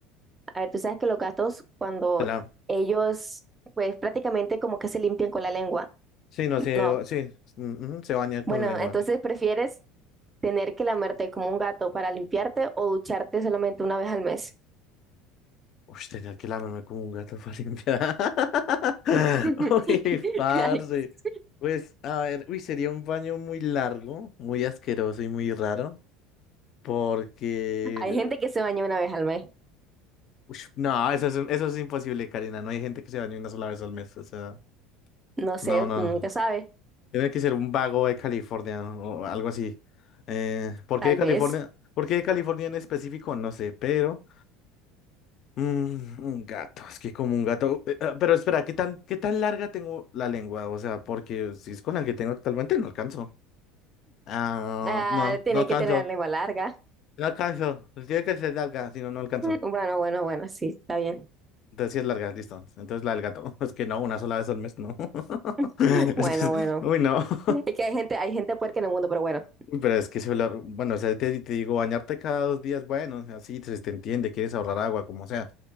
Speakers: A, on the right; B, on the left.
A: A ver, tú sabes que los gatos cuando
B: Te la...
A: ellos, pues prácticamente como que se limpian con la lengua.
B: Sí, no, sí,
A: No.
B: o- sí. mm, ujú, Se baña
A: Bueno,
B: con lengua.
A: entonces prefieres tener que lamerte como un gato para limpiarte o ducharte solamente una vez al mes.
B: Uy, tenía que lamerme como un gato para limpiar. <laughs>
A: <laughs>
B: Uy, parce. Pues, a ver, uy, sería un baño muy largo, muy asqueroso y muy raro, porque...
A: Hay, hay gente que se baña una vez al mes.
B: Uy, no, eso es, un- eso es imposible, Karina. No hay gente que se bañe una sola vez al mes. O sea,
A: No sé,
B: no, no.
A: tú nunca sabes.
B: Tiene que ser un vago de California o algo así. Eh, ¿por
A: Tal
B: qué de California?
A: vez.
B: ¿Por qué de California en específico? No sé, pero... Mm, un gato, es que como un gato. eh, ah, Pero espera, ¿qué tan, qué tan larga tengo la lengua? O sea, porque si es con la que tengo actualmente, no alcanzo. Ah,
A: Ah,
B: no,
A: tiene
B: no alcanzo.
A: que tener la lengua larga.
B: No alcanzo. Pues Tiene que ser larga, si no, no alcanzo.
A: Bueno, bueno, bueno, sí, está bien.
B: Entonces sí es larga, listo. Entonces la del gato. <laughs> Es que no, una sola vez al mes, no. <laughs>
A: <laughs> Bueno,
B: Es que, es-
A: bueno.
B: uy, no. <laughs>
A: Es que hay gente, hay gente puerca en el mundo, pero bueno.
B: Uy, Pero es que si hablar, bueno, o sea, te, te digo, bañarte cada dos días, bueno, o sea, sí, se te entiende, quieres ahorrar agua, como sea.